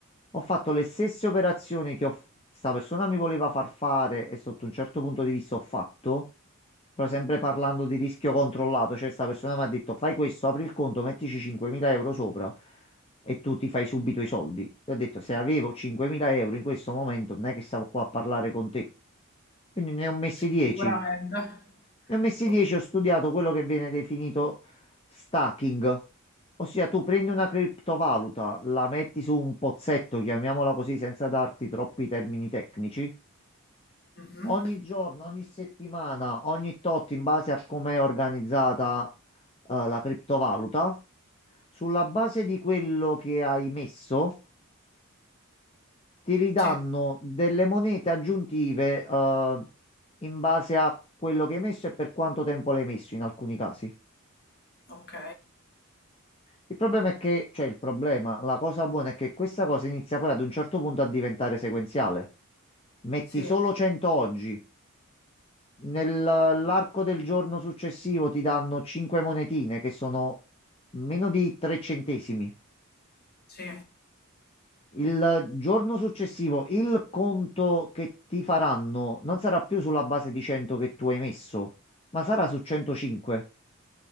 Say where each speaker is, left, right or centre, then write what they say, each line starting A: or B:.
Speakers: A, on the left (about 25°); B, on the left (about 45°).
A: Ho fatto le stesse operazioni che ho, f- sta persona mi voleva far fare e sotto un certo punto di vista ho fatto, però sempre parlando di rischio controllato, cioè sta persona mi ha detto fai questo, apri il conto, mettici 5.000 euro sopra e tu ti fai subito i soldi. E ho detto se avevo 5.000 euro in questo momento non è che stavo qua a parlare con te. Quindi ne ho messi 10.
B: sicuramente.
A: Ne ho messi
B: O-
A: 10, ho studiato quello che viene definito stacking, ossia tu prendi una criptovaluta, la metti su un pozzetto, chiamiamola così, senza darti troppi termini tecnici.
B: mhm.
A: Ogni giorno, ogni settimana, ogni tot, in base a come è organizzata, eh, la criptovaluta, sulla base di quello che hai messo, ti ridanno
B: Sì,
A: delle monete aggiuntive, eh, in base a quello che hai messo e per quanto tempo l'hai messo in alcuni casi.
B: ok.
A: Il problema è che, cioè il problema, la cosa buona è che questa cosa inizia poi ad un certo punto a diventare sequenziale. Metti
B: Sì,
A: solo 100 oggi, nell'arco del giorno successivo ti danno 5 monetine che sono meno di 3 centesimi.
B: sì,
A: Il giorno successivo il conto che ti faranno non sarà più sulla base di 100 che tu hai messo, ma sarà su 105.